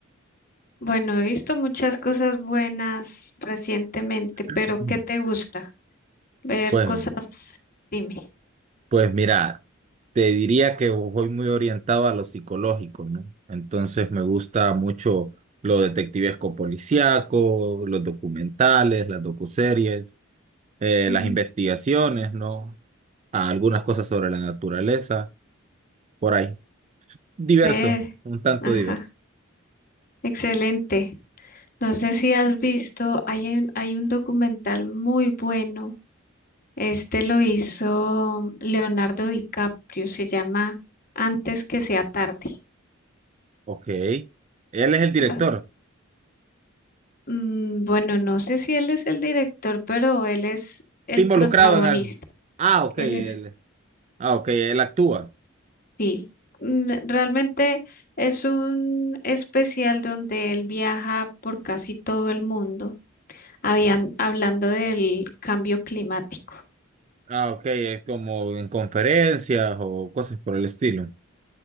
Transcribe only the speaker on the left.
Bueno, he visto muchas cosas buenas recientemente, pero
¿qué te gusta? Ver
cosas, dime.
Ujú,
Ver,
ajá,
excelente. No sé si has visto, hay un, hay un documental muy bueno. Este lo hizo Leonardo DiCaprio, se llama Antes que sea tarde.
Bu- mm, Bueno, no sé si él es el director, pero él es el
protagonista.
Él
es
Sí, mm, realmente es un especial donde él viaja por casi todo el mundo, habían, hablando del cambio climático.